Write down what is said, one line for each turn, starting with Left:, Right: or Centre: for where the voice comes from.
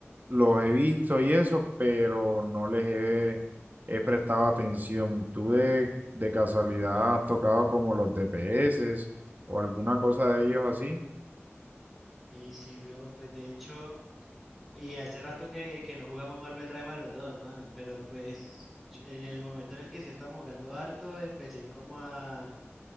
Right: los he visto y eso, pero no les he, he prestado atención. ¿Tú de, de casualidad has tocado como los DPS o alguna cosa de ellos así?
Centre: Y sí, bro, pues de hecho, y hace rato que, que no jugamos Marvel Rival los dos, mano, pero pues yo- en el momento en el que sí estamos jugando harto, empecé como a,